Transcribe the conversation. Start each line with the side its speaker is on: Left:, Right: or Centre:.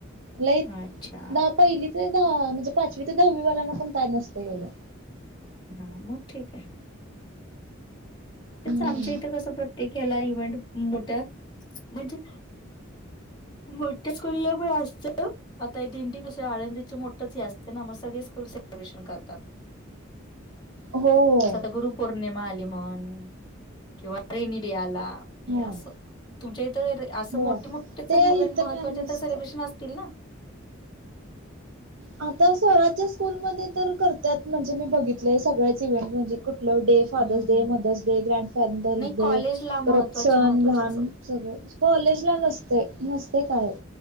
Right: लई
Left: अच्छा.
Right: दा पहिली ते दहा म्हणजे पाचवी ते दहावी वाल्यांना पण काय नसतंय एवढं.
Left: हा मग ठीक आहे. तेच
Right: हम्म
Left: आमच्या इथं कसं प्रत्येक हेला इव्हेंट मोठ्या म्हणजे मोठ्या स्कूला पण असतं आता हे दिंडी कशी आळंदीची मोठंच हे असते ना मग सगळे स्कूल सेलिब्रेशन करतात.
Right: हो हो
Left: जसं आता गुरुपौर्णिमा आली म्हण किंवा रेनी डे आला हे असं
Right: हो
Left: तुमच्या इथं असं मोठे
Right: हो
Left: मो
Right: ते
Left: तर इव्हेंट
Right: इथं
Left: महत्वाचे
Right: काय नसतं
Left: तर सेलिब्रेशन असतील ना.
Right: आता स्वराजच्या स्कूलमध्ये तर करत्यात म्हणजे मी बघितलंय सगळ्याच इव्हेंट म्हणजे कुठलं day father's
Left: hmm
Right: day,
Left: hmm
Right: mother's day, grandfather's
Left: नाही
Right: डे,
Left: कॉलेजला महत्त्वाचे
Right: परत सन
Left: महत्त्वाचे
Right: लहान
Left: असं
Right: सगळे कॉलेजला नसतयं नसतयं कायच.